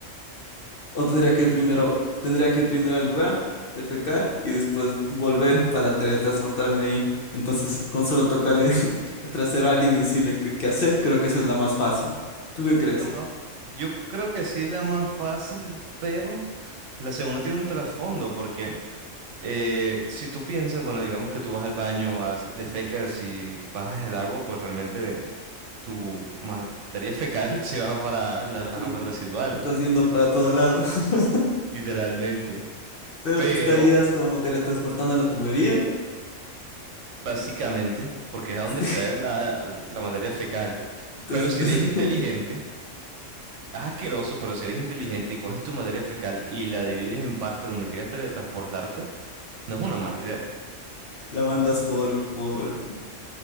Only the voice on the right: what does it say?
La más- Yo creo que sí es la más fácil, pero la segunda tiene un trasfondo porque... Eh, si tú piensas, bueno, digamos que tú vas al baño, has- defecas y bajas el agua, pues realmente tu materia fecal <laughs> se va para las
aguas residuales,
literalmente.
Pero,
básicamente, porque es a donde
está la, la materia fecal.
Pero si
eres inteligente, es asqueroso, pero si eres inteligente y coges tu materia fecal y la divides en partes donde quieras teletransportarte, no es una mala idea.